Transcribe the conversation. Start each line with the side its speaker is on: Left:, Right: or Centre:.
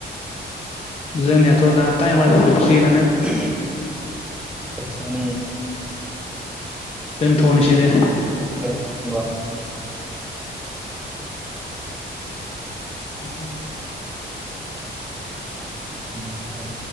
Left: जोंनियाथ दा टाइमा जोबसिगोनानो
Centre: <unintelligible>
Left: दोनथनिसै दे
Centre: दे होनबा
Left: दानना हर
Centre: उम